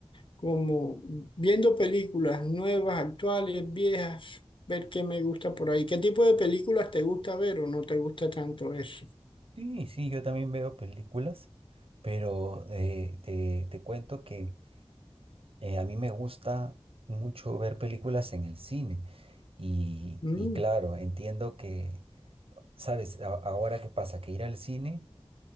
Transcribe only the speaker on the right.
Sí, sí, yo también veo películas, pero eh, te, te cuento que eh, a mí me gusta mucho ver películas en el cine. Y,
y claro, entiendo que, ¿sabes? A- ahora qué pasa, que ir al cine